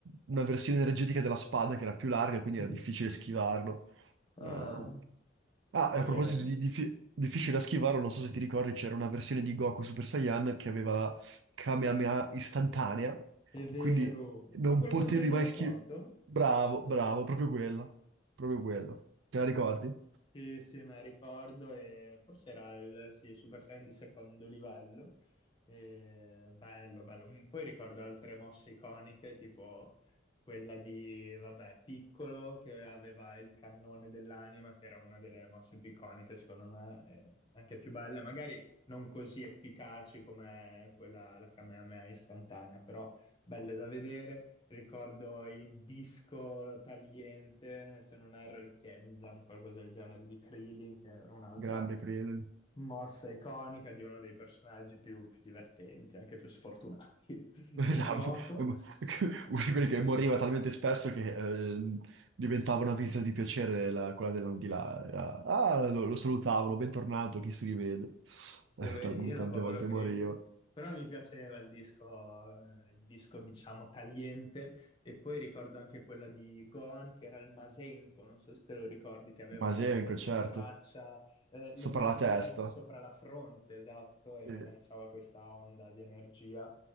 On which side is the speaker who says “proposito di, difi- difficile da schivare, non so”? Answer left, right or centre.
Right